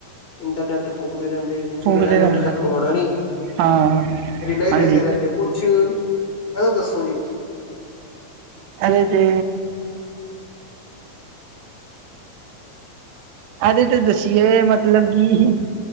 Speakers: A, on the left; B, on the right.
A: ਇੰਟਰਨੈਟ ਫੂਕਦੇ ਰਹਿੰਦੇ। ਕਿਉਂਕਿ,
B: ਫੂਕਦੇ
A: ਉਹ ਦਾ ਨੈਟ
B: ਰਹਿੰਦੇ
A: ਖਤਮ ਹੋਣਾ ਨੀ
B: ਹਾਂ
A: ਰੀਲਾ ਹੀ
B: ਹਾਂਜੀ
A: ਵੇਖਦੇ ਰਹਿੰਦੇ ਕੁਛ, ਗਲ ਦੱਸੋ ਜੀ?
B: ਐਨੇ ਤੇ ਇਹਦੇ ਤੇ ਦੱਸੀਏ ਮਤਲਬ ਕਿ,